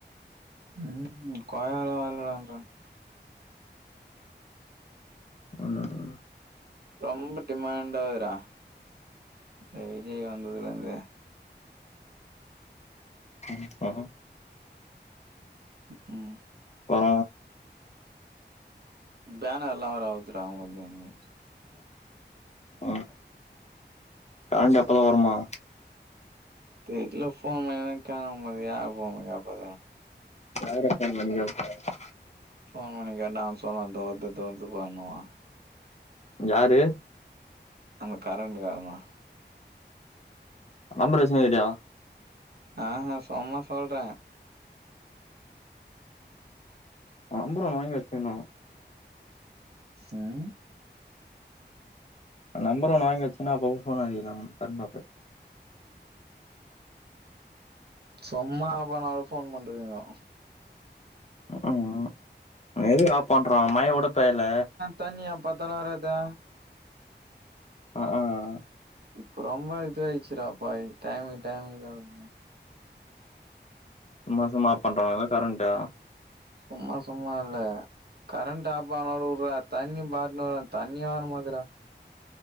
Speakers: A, on the right; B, on the left.
A: ம் கொழால வரலன்ற
B: ம்
A: ரொம்ப டிமாண்டா இருக்குறா இந்த விஜய் வந்ததுலருந்து
B: ம் அ
A: ம்ம்
B: அப்பறோ
A: பேனர்ல்லா வேற அவுத்துட்டாங்க அவங்க வந்து இனி
B: ம் கரண்ட் எப்பதா வருமா
A: தெர்ல ஃபோன் பண்ணிதா கேக்கணு போலருக்குது யார் பண்ணி கேப்பா
B: யாரா ஃபோன் பண்ணி கேப்ப
A: ஃபோன் பண்ணி கேட்டா அவ சொல்லுவா இதோ வருது இதோ வருதுப்பாண்ணுவா
B: யாரு
A: அந்த கரெண்டுக்காரந்தா
B: நம்பர் வச்சுகினுருக்கியா
A: ஆஹ சும்மா சொல்றே
B: நம்பர் ஒன்னு வாங்கி வச்சிக்னு
A: ம்
B: நம்பர் ஒன்னு வாங்கி வச்சின்னா அப்பப்ப ஃபோன் அடிக்கலா கரண்ட் ஆஃப் ஆயிட்
A: சொம்மா அப்பனானு ஃபோன் பண்ட்டுருக்காங்க
B: ம்ம் எதுக்கு ஆஃப் பண்றா மழ கூட பேயல
A: தண்ணி எப்பபாத்தாலு வராதா
B: ம் ம்
A: இப்ப ரொம்ப இதுவாயிருச்சிடா இப்ப டைமுக்கு டைம் இதாவுது
B: சும்மா சும்மா பண்றானுங்கல்ல கரண்ட்டா
A: சும்மா சும்மா இல்ல கரண்ட் ஆப் ஆனா கூட வுட்றா தண்ணி பாத்துனுக்குற தண்ணியே வர மாட்டுதுடா